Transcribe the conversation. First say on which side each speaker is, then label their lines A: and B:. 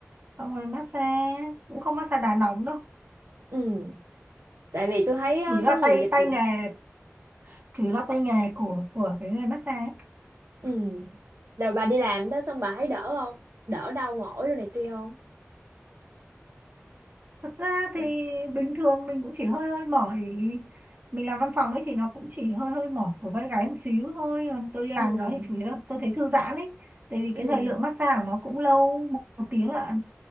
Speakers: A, on the right (about 40°); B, on the right (about 65°).
A: xong rồi massage cũng không massage đá nóng đâu
B: ừ tại vì tôi thấy á,
A: chủ yếu là
B: có nhiều
A: tay
B: dịch
A: tay
B: vụ
A: nghề
B: ra.
A: chủ yếu là tay nghề của của cái người massage ấy.
B: Ừ. Rồi bà đi làm đó xong bà thấy đỡ không? Đỡ đau mỏi đồ này kia không?
A: Thật ra
B: Để-
A: thì bình thường mình cũng chỉ hơi hơi mỏi mình làm văn phòng ấy thì nó cũng chỉ hơi hơi mỏi của vai gáy một xíu thôi còn tôi đi làm
B: Ừ
A: đó thì chủ yếu là tôi thấy thư giãn ấy tại vì
B: ừ
A: cái thời lượng massage của nó cũng lâu một, một tiếng là